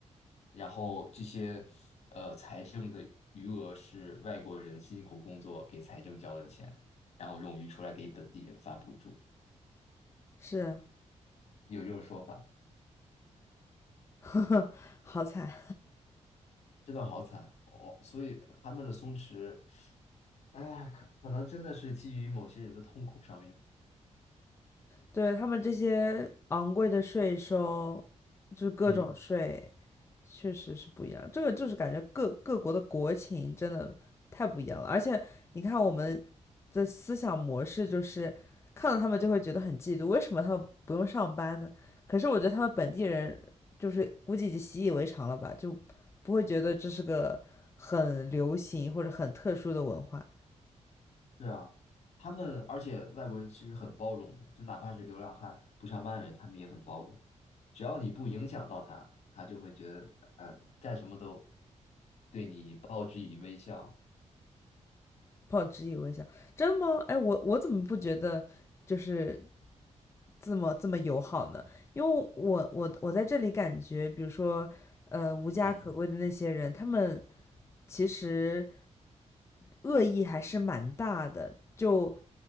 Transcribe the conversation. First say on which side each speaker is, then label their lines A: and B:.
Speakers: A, on the left (about 60°); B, on the left (about 20°).
A: 然后这些呃财政的余额是外国人辛苦工作给财政交的钱，然后冗余出来给本地人发补助，
B: <laughs> 是，
A: 有这种说法，
B: 呵呵，好惨。
A: 真的好惨哦。所以他们的松弛，哎呀，可可能真的是基于某些人的痛苦上面。
B: 对，他们这些昂贵的税收，就是各种税，
A: 嗯，
B: 确实是不一样。这个就是感觉各各国的国情真的太不一样了。而且你看我们的思想模式，就是看到他们就会觉得很嫉妒，为什么他们不用上班呢？可是我觉得他们本地人就是估计已经习以为常了吧，就不会觉得这是个很流行或者很特殊的文化。
A: 是啊，他们而且外国人其实很包容的，就哪怕是流浪汉、不上班的人，他们也很包容。只要你不影响到他，他就会觉得，呃，干什么都对你报之以微笑。
B: 不好以疑我一下真的吗？哎，我我怎么不觉得？就是这么这么友好呢？因为我我我在这里感觉，比如说，呃，无家可归的那些人，
A: 嗯
B: 他们其实恶意还是蛮大的，就